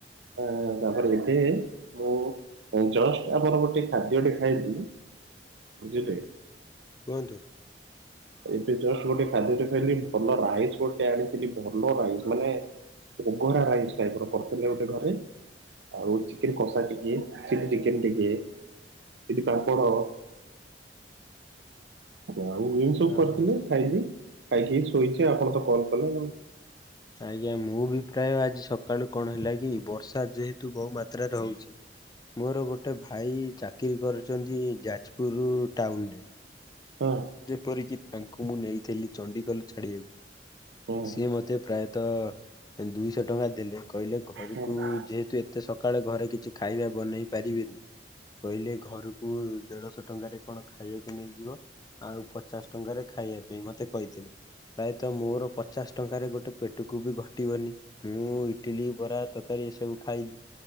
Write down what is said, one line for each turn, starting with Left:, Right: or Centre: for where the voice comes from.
Right: ଉଁ ତାପରେ ଏବେ ମୁଁ ଜଷ୍ଟ ଆମର ଗୋଟେ। ଗୋଟେ ଖାଦ୍ୟଟେ ଖାଇଲି ବୁଝିଲେ।
Left: କୁହନ୍ତୁ।
Right: ଏବେ ଜଷ୍ଟ ଗୋଟେ ଖାଦ୍ୟ ଟେ ଖାଇଲି ଭଲ ରାଇସ ଗୋଟେ ଆଣିଥିଲି ଭଲ ରାଇସ ମାନେ। ବଘୋରା ରାଇସ୍ ଟାଇପର କରିଥିଲେ ଗୋଟେ ଘରେ। ଆଉ ଚିକେନ କଷା ଟିକେ ଚିଲି ଚିକେନ ଟିକେ ଚିଲି ପାମ୍ପଡ଼। ସେଠୁ ଆଉ ଏମିତି ସବୁ
Left: ହଁ
Right: କରିଥିଲେ
Left: ହଁ
Right: ଖାଇଲି ଖାଇକି ଏଇ ଶୋଇଛି ଆପଣ ତ କଲ କଲେ।
Left: ଆଜ୍ଞା ମୁଁ ବି ପ୍ରାୟ ଆଜି ସକାଳୁ କଣ ହେଲା କି ବର୍ଷା ଯେହେତୁ ବହୁ ମାତ୍ରାରେ ହଉଛି। ମୋର ଗୋଟେ ଭାଇ ଚାକିରୀ କରିଛନ୍ତି ଯାଜପୁର ଟାଉନରେ।
Right: ହଁ।
Left: ଯେପରିକି ତାଙ୍କୁ ମୁଁ ନେଇଥିଲି ଚଣ୍ଡିଖୋଲ ଛାଡିବାକୁ।
Right: ହଁ
Left: ସିଏ ମତେ ପ୍ରାୟତଃ ଦୁଇଶ ଟଙ୍କା ଦେଲେ କହିଲେ ଘରକୁ
Right: ହଁ
Left: ଯେହେତୁ ଏତେ। ଏତେ ସକାଳେ ଘରେ କିଛି ଖାଇବା ବନେଇ ପାରିବେନି। କହିଲେ ଘରକୁ ଦେଢଶହ ଟଙ୍କାରେ କଣ ଖାଇଆକୁ ନେଇଯିବ। ଆଉ ପଚାଶ ଟଙ୍କାରେ ଖାଇବା ପାଇଁ ମତେ କହିଥିଲେ। ପ୍ରାୟତଃ ମୋର ପଚାଶ ଟଙ୍କାରେ ଗୋଟେ ପେଟକୁ ବି ଘଟିବନି। ମୁଁ ଇଟିଲି ବରା ତକାରୀ ଏସବୁ ଖାଇଲି